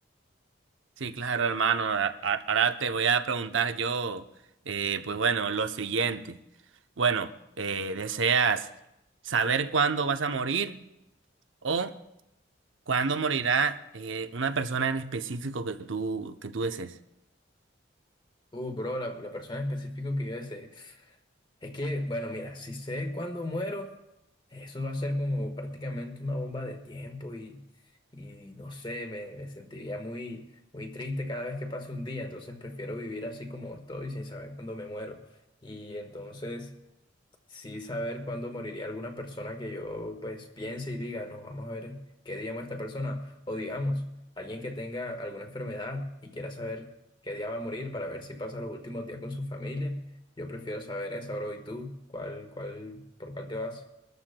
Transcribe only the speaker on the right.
Sí, claro, hermano, a- a- ahora te voy a preguntar yo, eh, pues bueno, lo siguiente. Bueno, eh, ¿deseas saber cuándo vas a morir o ¿Cuándo morirá eh, una persona en específico que tú, que tú desees?